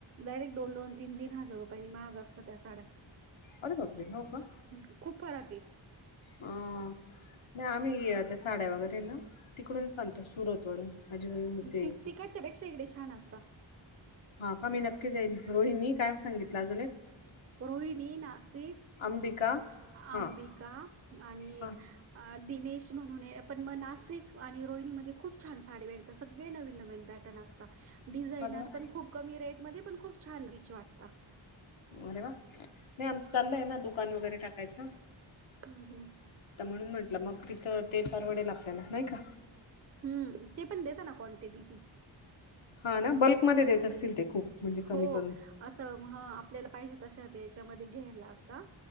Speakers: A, on the right; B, on the left.
A: डायरेक्टो दोन तीन तीन हजार रुपयानी मगत त्या साड्या.
B: अरे बाप रे हो का?
A: ह खूप फरक आहे.
B: नाही आम्ही ये आता साड्या वगैरे ना तिकडून सांगतो सुरतवरून. माझी बहीण ते
A: त तिकडच्या पेक्षा इकडे छान असत.
B: हा का मी नक्की जाईल रोहिणीनी काय सांगितलं अजून एक.
A: रोहिणी नाशिक.
B: अंबिका. हां
A: अंबिका आणि
B: हां
A: एक दिनेश म्हणून आहे. पण मग नाशिक आणि रोहिणीमध्ये खूपछान साडी भेटतात सगळे नवीन नवीन बॅ <unintelligible> डिझायनर
B: अरे वा
A: पण खूप कमी रेट मध्ये पण खूप छान रीच वाटत.
B: अरे वा! नाही आमचं चाललं आहे ना दुकान वगैरे टाकायचं.
A: हम्म हम्.
B: आता म्हणून म्हंटलं मग तिथं ते परारवडेल आपल्याला नाही का.
A: हम्म, ते पण देत ना क्वांटिटी.
B: हा ना बल्कमध्ये देत असतील ते खूप म्हणजे
A: हो
B: कमी करून.
A: असं ह आपल्याला पाहिजे तशी ते याच्यामध्ये घ्यायला लागता